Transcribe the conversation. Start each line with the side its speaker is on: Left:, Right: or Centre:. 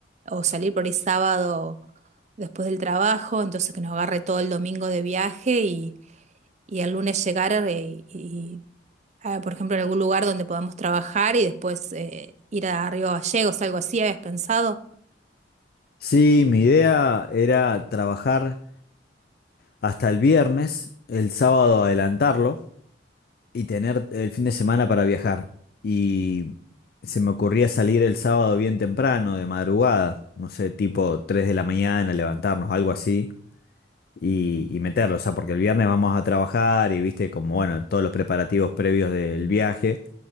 Right: o salir por ahí sábado después del trabajo, entonces que nos agarre todo el domingo de viaje y el lunes llegar eh, y, ah, por ejemplo, en algún lugar donde podamos trabajar y después eh, ir a Río Gallegos, algo así, ¿habías pensado?
Left: Sí, mi idea era trabajar hasta el viernes, el sábado adelantarlo y tener el fin de semana para viajar. Y se me ocurría salir el sábado bien temprano, de madrugada, no sé, tipo 3 de la mañana, levantarnos, algo así y, y meterlo, o sea, porque el viernes vamos a trabajar y viste como, bueno, todos los preparativos previos del viaje,